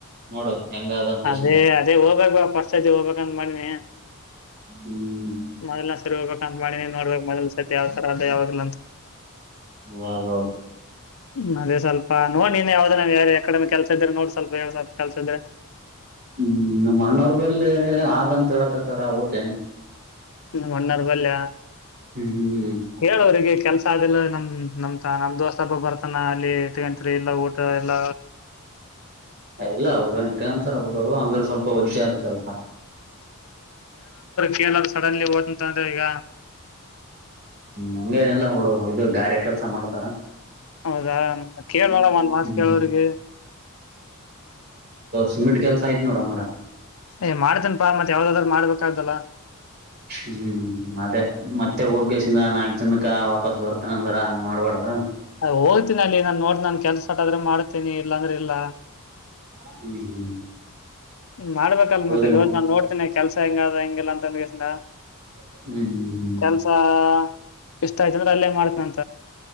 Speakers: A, on the right (about 50°); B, on the left (about 65°).
A: ನೋಡು ಹೆಂಗದ ಹಂಗೇಶಂಗ
B: ಅದೇ ಅದೇ ಹೋಗ್ಬೇಕ ಫಸ್ಟ್ಐತಿ ಹೋಗ್ಬೇಕಂತ ಮಾಡಿನಿ.
A: ಹ್ಮ್
B: ಮೊದ್ಲ ಸರಿ ಹೋಗ್ಕ್ ಅಂತ ಮಾಡಿನಿ ನೋಡಬೇಕು ಮೊದ್ ಸರಿ. ಯಾವತರ ಅ ಯಾವಾದ್ ಇಲ್ಲಂತ.
A: ಹಾಗಾಗೌದು.
B: ಹ್ಮ್ ಅದೇವಪ ನೋಡ್ ನೀನ್ ಯಾವ್ದೇಾವ ಯಕಡಮೆ ಕೆಲ್ಸ ಇದ್ರೆ ನೋಡ್ ಸ್ವಲ್ಪ ಎಏಡ್ ಸಲ್ ಕೆಲ್ಸ ಇದ್ರೆ
A: ಹ್ಮ್ ಅಣ್ಣೋರ್ ಬಲ್ಲಿ ಆದಂತ ಹತ್ತಕಥರಾವತ
B: ಮಣ್ಣಾರ್ ಬಲ್ಯ
A: ಹ್ಮ್ ಹ್ಮ್
B: ಹೇಳೋ್ರರಿಗೆ ಕೆಲ್ಸ ಅದೆಲ್ಲ ನಮ ನಮ್ ನಮ್ ದೋಸ್ತ ಅಪ್ಪ ಬರ್ತಾನ ಅಲ್ಲಿ ಇ ತಕಂತರಿ ಇಲ್ಲಾ ಊಟ ಎಲ್ಲ
A: ಹೌದು ಇಲ್ಲ ಅವರು ಹಿಟಂತಾರ ಅವರು ಅಂದ್ರ ಸ್ವಲ್ಪ ಒಜ್ಜೆ ಆದ ಕೆಲ್ಸ
B: ಕೇಳರು ಸಡನ್ಲಿ ಓತಂತಂದ ಈಗ
A: ಹಂಗನೆಲ್ಲ ಬಿಡು ಇದು ಗಾರೆಯ ಕೆಲಸ ಮಾಡ್ತಾರ
B: ಹೌದಾ ಕೇಳ್ೋಡ ಓನ್ ಮಾತ್
A: ಹ್ಮ್
B: ಕಳೋರುರಿಗೆ
A: ಸಿಮಿಟ್ ಕೆಲ್ಸ ಆಯ್ತ್ ನೋಡ ಹಂಗ್ರ
B: ಏ ಮಾಡ್ತನ್ಪಾ ಮತ್ ಯಾವ್ದಾದ್ರರು ಮಾಡ್ಬೇಕಾಗ್ದಲ್ಲ
A: ಹ್ಮ್ ಅದೇ ಮತ್ತೆ ಹೋಗಸಿಂದ ನಾಲ್ಕು ಜನಕ ವಾಪಸ್ ಬರ್ತನ ಅಂದ್ರ ಹಂಗ್ ಮಾಡ್ಬಾರಡ್ದ
B: ಹೋಗ್ತೀನಿ ಅಲ್ಲಿ ನಾನ್ ನೋಡ್ ನಾನ್ ಕೆಲ್ಸ ಆಟ ಆದ್ರೆ ಮಾಡ್ತೀನಿ ಇಲ್ಲಾಂದ್ರೆ ಇಲ್ಲ
A: ಹ್ಮ್ ಹ್ಮ್
B: ಮಾಡ್ಬೇಕ ಅಲ್
A: ಹೋಗಿ
B: ಮತ್ತೆ ಇವ್ ನಾನ್ ನೋಡ್ತೇನೆ ಕೆಲ್ಸ ಹೆಂಗ ಅದ ಹೆಂಗ್ಗಿಲ್ಲ ಅಂದಕಸಿ
A: ಹ್ಮ್ ಹ್ಮ್
B: ಕೆಲ್ಸ <unintelligible> ಇಷ್ಟ ಆಯ್ತು ಅಂದ್ರ ಅಲ್ಲೇ ಮಾಡ್ತ <unintelligible>